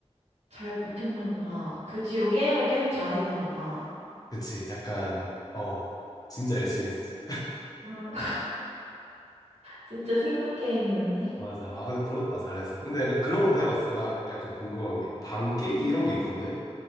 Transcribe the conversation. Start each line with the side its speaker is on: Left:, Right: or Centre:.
Right: 잘 버텼나 보다. 그 뒤로 게임을 계속 잘했나 보다.
Left: 그치. 약간 어 진짜 열심히 했지.
Right: 응. 진짜 생존 게임이었네.
Left: 맞아. 아 근데 부럽다 잘해서. 근데 약간 그런 것도 해봤어. 나 약간 궁금한 게 방 깨기
Right: 응.
Left: 이런 게 있던데.